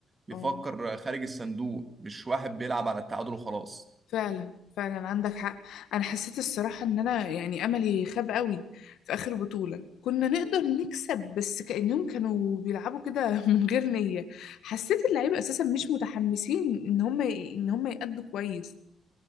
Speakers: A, on the right; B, on the left.
A: بيفكر
B: اه
A: خارج الصندوق مش واحد بيلعب على التعادل وخلاص
B: فعلا فعلا عندك حق انا حسيت الصراحة ان انا يعني املي خاب قوي في اخر بطولة كنا نقدر نكسب بس كأنهم كانوا بيلعبوا كده <laughs> من غير نية حسيت اللعيبة اساسا مش متحمسين ان هم ان هم يأدوا كويس